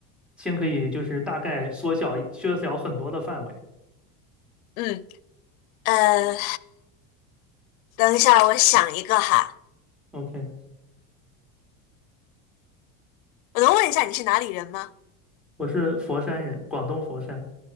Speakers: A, in the centre; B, on the left.
A: 先可以就是大概缩小缩小很多的范围。
B: 嗯，呃，等一下，我想一个哈。
A: OK，
B: 我能问一下你是哪里人吗？
A: 我是佛山人，广东佛山，